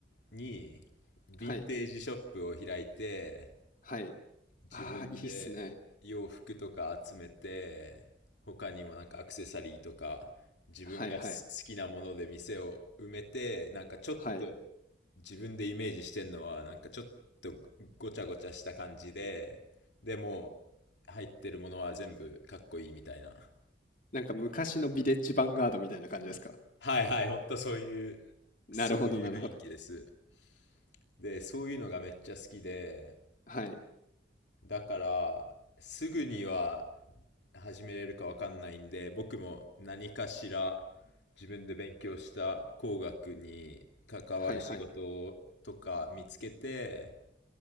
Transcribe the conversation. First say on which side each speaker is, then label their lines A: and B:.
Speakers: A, on the left (about 70°); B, on the left (about 45°).
A: に、ヴィンテージショップを開いて、
B: はい、はい。
A: 自分で洋服とか集めて、
B: ああ、いいっすね。
A: 他にもなんかアクセサリーとか、自分が好きなもので店を埋めて、
B: はいはい、
A: なんかちょっと
B: はい。
A: 自分でイメージしてんのは、なんかちょっとごちゃごちゃした感じで、でも入ってるものは全部かっこいいみたいな。
B: なんか昔のビレッジヴァンガードみたいな感じですか。
A: はいはい、ほんとそういう、
B: なるほど、
A: そういう雰囲気です。
B: なるほど。
A: で、そういうのがめっちゃ好きで、
B: はい、
A: だから、すぐには始めれるかわかんないんで、僕も何かしら自分で勉強した工学に関わる仕事とか見つけて、
B: はいはい。